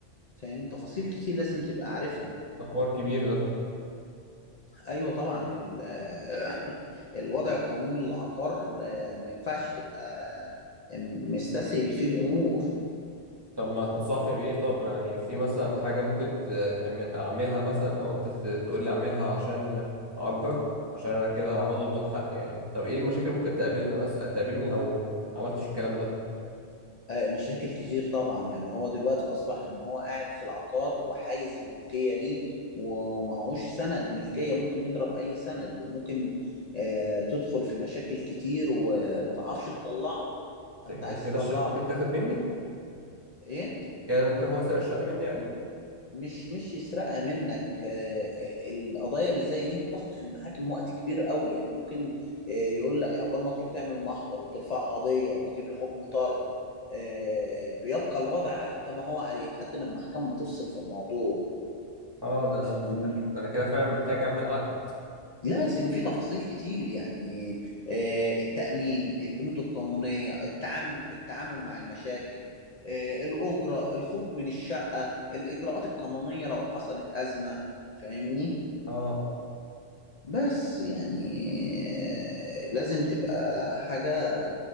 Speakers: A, on the left; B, on the right.
A: فاهم تفاصيل كتير لازم تبقى عارفها
B: ده حوار كبير ده
A: ايوه طبعا ال- <laughs> الوضع القانوني للعقار آه، ما ينفعش تبقى م- مستسهل فيه الامور
B: طب ما تنصحني بإيه طب يعني في مثلا حاجة ممكن ت- تعم- أعملها مثلا أو أنت ت- تقول لي أعملها عشان أأجر عشان أنا كده عاوز أضمن حق يعني طب إيه المشاكل ممكن تقابلنا مثلا تقابلني لو ما عملتش الكلام ده
A: آه، مشاكل كتير طبعا يعني هو دلوقتي اصبح ان هو قاعد في العقار وحايز الملكيه ليه ومعهوش سند ملكيه ممكن يضرب اي سند وممكن آه، تدخل في مشاكل كتير وما تعرفش تطلعه فانت
B: ده-
A: عايز
B: دي كده
A: تطلعه
B: الشقة ممكن تاخد مني
A: ايه
B: كده ممكن هو يسرق الشقة مني يعني
A: مش مش يسرقها منك آه، آه، القضايا اللي زي دي بتاخد في المحاكم وقت كبير قوي يعني ممكن آه، يقول لك عقبال ما تروح تعمل محضر وترفع قضية وتجيب له حكم طرد آه، بيبقى الوضع كما هو عليه لحد ما المحكمة ما تفصل في الموضوع
B: اه ده ده احنا
A: مم.
B: ك- ده أنا كده فعلا محتاج أعمل عقد
A: لازم في تفاصيل كتير يعني آه، التأمين البنود القانونية التعامل التعامل مع المشاكل آه، الأجرة الخروج من الشقة الإجراءات القانونية لو حصلت أزمة فاهمني
B: اه
A: بس يعني آه، لازم تبقى حاجة